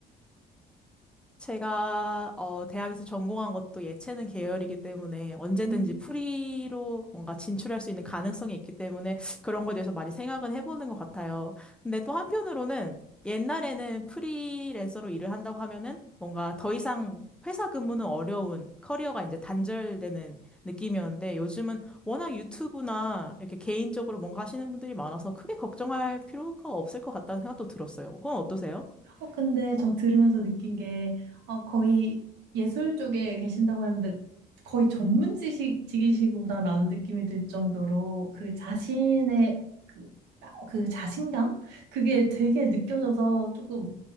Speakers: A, in the centre; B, on the right.
A: 제가 어, 대학에서 전공한 것도 예체능 계열이기 때문에 언제든지
B: 음.
A: 프리로 뭔가 진출할 수 있는 가능성이 있기 때문에 그런 거에 대해서 많이 생각은 해보는 것 같아요. 근데 또 한편으로는 옛날에는 프리랜서로 일을 한다고 하면은 뭔가 더 이상 회사 근무는 어려운 커리어가 이제 단절되는 느낌이었는데 요즘은 워낙 유튜브나 이렇게 개인적으로 뭔가 하시는 분들이 많아서 크게 걱정할 필요가 없을 것 같다는 생각도 들었어요. 그건 어떠세요?
B: 어, 근데 저 들으면서 느낀 게, 어, 거의 예술 쪽에 계신다고 했는데, 거의 전문 지식, 직이시구나라는 느낌이 들 정도로, 그 자신의, 그, 그 자신감? 그게 되게 느껴져서 조금,